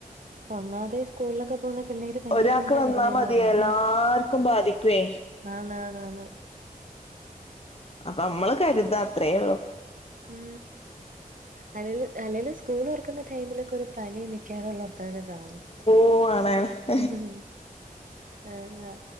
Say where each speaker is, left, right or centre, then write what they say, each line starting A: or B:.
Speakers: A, on the right; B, on the left.
A: ഒന്നാമതെ സ്കൂളിലൊക്കെ പോകുന്ന പിള്ളേര് പനിയും
B: ഒരാൾക്ക്
A: കൊണ്ടാ
B: വന്നാ
A: വരുന്നന്ന്
B: മതി
A: പറയുന്നേ
B: എല്ലാർക്കും ബാധിക്കുവേ
A: ആന്നാന്നാന്
B: അപ്പ മ്മള് കരുതാ അത്രേ ഉള്ളൂ.
A: ഉ അല്ലല് അല്ലെലുംസ്കൂൾ ഓർക്കുന്ന ടൈമിലൊക്കെ ഒരു പനി മിക്കാറുള്ള അയിലെ കാണും.
B: ഓ ആണന്നു
A: ഉം അ